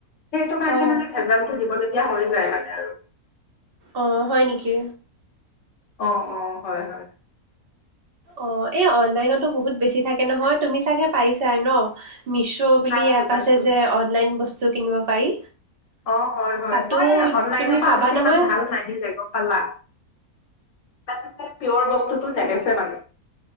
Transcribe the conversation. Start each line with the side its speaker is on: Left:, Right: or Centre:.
Left: সেইটো কাৰণে
Right: অ'।
Left: মানে ভেজালটো দিব লাগ হৈ যায় মানে আৰু
Right: অ হয় নেকি
Left: অ অ হয় হয়
Right: অ এই অনলাইনতো বহুত বেছি থাকে নহয় তুমি চাগে পাইছা ন মিছো বুলি
Left: পাইছো
Right: এপ
Left: পাইছো
Right: আছে যে অনলাইন বস্তু কিনিব পাৰি
Left: অ হয় হয়
Right: তাতো
Left: মই অনলাইনৰ
Right: তুমি
Left: পৰা
Right: পাবা
Left: আনোতেো
Right: নহয়
Left: ইমান ভাল নাহিলে গম পালা তাতে পিয়ৰ বস্তুটো দেখেছে মানে।